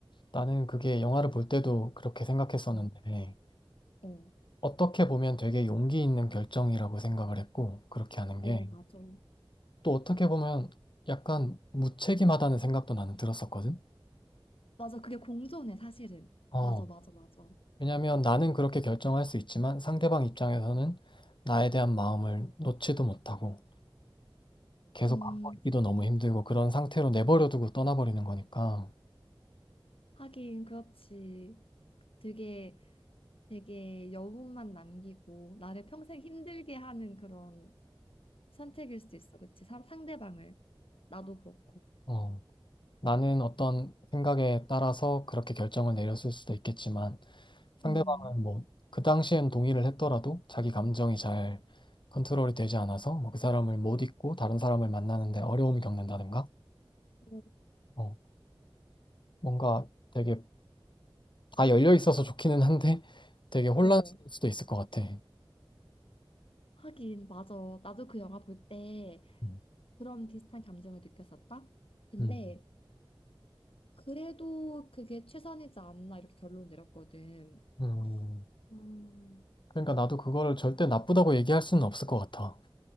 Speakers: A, on the left; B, on the left.
A: 나는 그게 영화를 볼 때도 그렇게 생각했었는데,
B: 응. 어.
A: 어떻게 보면 되게 용기 있는 결정이라고 생각을 했고, 그렇게 하는
B: 어,
A: 게,
B: 맞아.
A: 또 어떻게 보면 약간 무책임하다는 생각도 나는 들었었거든?
B: 맞아. 그게 공존해, 사실은.
A: 어,
B: 맞아, 맞아, 맞아.
A: 왜냐면 나는 그렇게 결정할 수 있지만 상대방 입장에서는 나에 대한 마음을 놓지도 못하고, 계속
B: 음,
A: 갖고 있기도 너무 힘들고 그런 상태로 내버려두고 떠나버리는 거니까
B: 하긴, 그렇지. 되게, 되게 여운만 남기고, 나를 평생 힘들게 하는 그런 선택일 수도 있어. 그치? 사- 상대방을. 나도 그렇고.
A: 어, 나는 어떤 생각에 따라서 그렇게 결정을 내렸을 수도 있겠지만 상대방은
B: 음,
A: 뭐 그 당시엔 동의를 했더라도 자기 감정이 잘 컨트롤이 되지 않아서 뭐그 사람을 못 잊고 다른 사람을 만나는데 어려움을 겪는다든가
B: 어,
A: 어, 뭔가 되게 다 열려 있어서 좋기는 한데 <laughs> 되게 혼란스러울
B: 어.
A: 수도 있을 것 같아.
B: 하긴, 맞아. 나도 그 영화 볼 때
A: 음.
B: 그런 비슷한 감정을 느꼈었다. 근데,
A: 음.
B: 그래도 그게 최선이지 않나, 이렇게 결론 내렸거든.
A: 음.
B: 음,
A: 그러니까 나도 그거를 절대 나쁘다고 얘기할 수는 없을 것 같아.